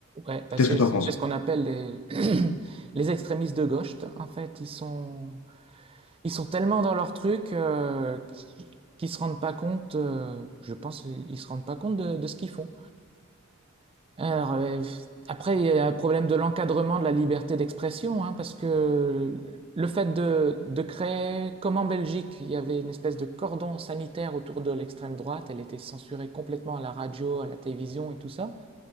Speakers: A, on the right; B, on the left.
A: Ouais, bah,
B: Qu'est-ce
A: c'est
B: que tu
A: c'est
B: en penses?
A: ce qu'on appelle des <coughs> <clears throat> les extrémistes de gauche. En fait, ils sont Ils sont tellement dans leur truc euh, qu'ils se rendent pas compte, euh, je pense, ils se rendent pas compte de, de ce qu'ils font. Alors, euh, après, il y a un problème de l'encadrement de la liberté d'expression, hein, parce que le fait de, de créer, comme en Belgique, il y avait une espèce de cordon sanitaire autour de l'extrême droite, elle était censurée complètement à la radio, à la télévision et tout ça,